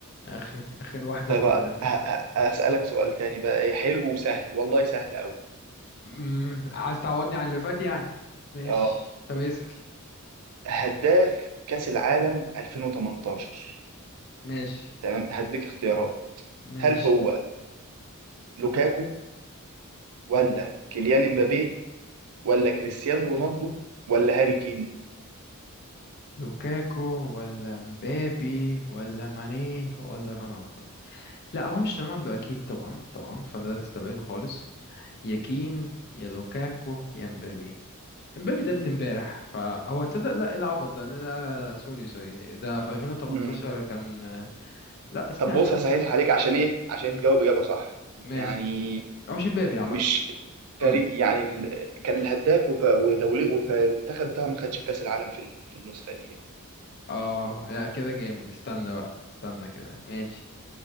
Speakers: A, on the left; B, on the right.
A: اخي اخر واحدة
B: طيب
A: استبعدتها
B: آه، ه- ه- هسألك سؤال تاني بقى ايه حلو وسهل والله سهل قوي
A: امم عايز تعوضني عن اللي فات يعني ماشي
B: اه
A: طب اسأل
B: هداف كأس العالم 2018
A: ماشي
B: تمام هديك اختيارات
A: ماشي
B: هل هو لوكاكو ولا
A: مم.
B: كيليان امبابي ولا كريستيانو رونالدو ولا هاري كين
A: لوكاكو ولا مبابي ولا ماني ولا رونالدو لا هو مش رونالدو اكيد طبعا طبعا فده نستبعده خالص يا كين يا لوكاكو يا مبابي مبابي ده
B: مم.
A: ابن امبارح فهو تصدق لا إيه العبط ده لا لا لا, لا سوري سوري ده في 2018
B: مم.
A: كان لا سنة
B: طب بص
A: 2000
B: هسهلها عليك عشان ايه عشان
A: مم.
B: تجاوب اجابه صح
A: ماشي
B: يعني
A: هو مش مبابي عامة
B: مش
A: قولي
B: فريق يعني ال... كان الهداف وف... ودولي والمنتخب بتاعه ما خدش كاس العالم في ال... في النسخه دي
A: اه لا كده جامد استنى بقى استنى كده ماشي